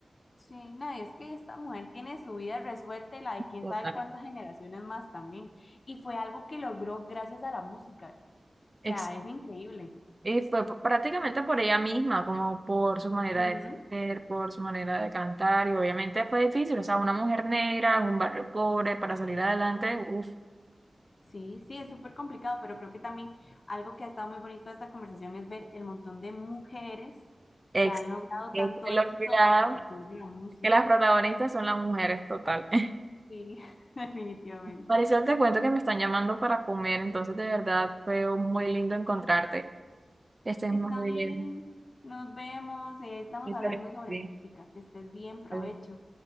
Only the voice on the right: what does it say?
Total.
Ex-
Y fue p- prácticamente por ella misma, como por su manera
de ser, por su manera de cantar, y obviamente fue difícil, o sea, una mujer negra en un barrio pobre para salir adelante, uff,
ex,
es
que
lo que da-
que las protagonistas son las mujeres, total. <laughs>
Marisol, te cuento que me están llamando para comer, entonces de verdad fue muy lindo encontrarte. Estés
muy
bien.
Muchas
gracias.
Vale.